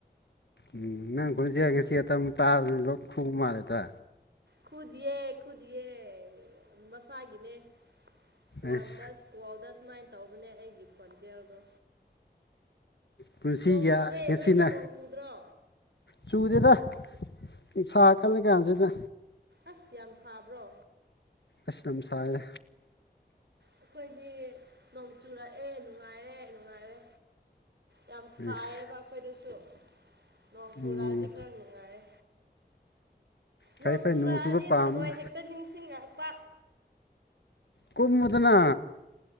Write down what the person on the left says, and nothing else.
ꯎꯝ ꯅꯪ ꯈꯣꯟꯖꯦꯜ ꯉꯁꯤ ꯈꯠꯇꯪ ꯑꯃꯨꯛ ꯇꯥꯕꯗꯅ ꯂꯣꯛ ꯈꯨꯕ ꯃꯥꯜꯂꯦꯗ
ꯑꯁ
ꯄꯨꯨꯡꯁꯤꯌꯥ
ꯉꯁꯤꯅ
ꯆꯨꯗꯦꯗ ꯅꯨꯡꯁꯥ ꯀꯜꯂꯥ ꯀꯥꯟꯁꯤꯗ
ꯑꯁ ꯌꯥꯝ ꯁꯥꯏꯌꯦ
ꯑꯁ
ꯎꯝ
ꯐꯩ
ꯐꯩ
ꯆꯨꯕ ꯄꯥꯝꯕ
ꯀꯨꯝꯃꫭꯗꯅ